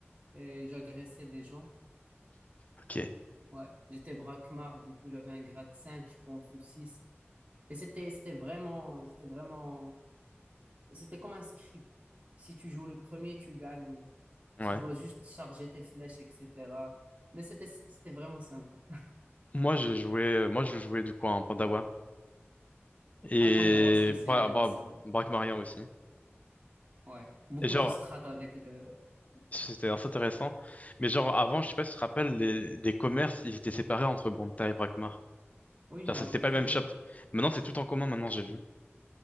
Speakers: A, on the right (about 45°); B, on the left (about 35°).
A: et j'agressais des gens.
B: ok,
A: Ouais, j'étais braquemar, du coup j'avais un grade cinq je pense, ou six Et c'était c'était vraiment, c'était vraiment C'était comme un script. Si tu joues le premier, tu gagnes.
B: ouais.
A: Tu dois juste charger tes flèches, etc. Mais c'était c'était vraiment sympa.
B: Moi, je jouais, moi, je jouais du coup en Pandawa et
A: À Pandawa, c'est aussi
B: Bra
A: intéressant.
B: Bra
A: Ouais.
B: Brakmarien aussi.
A: Ouais. Beaucoup
B: Et genre,
A: de strates avec le.
B: c'était assez intéressant. Mais genre, avant, je sais pas si tu te rappelles, les, les commerces, ils étaient séparés entre Bonta et Brakmar.
A: Oui, je
B: Genre,
A: me
B: c'était
A: rappelle
B: pas
A: très
B: le même
A: bien.
B: shop. Maintenant, c'est tout en commun, maintenant, j'ai vu.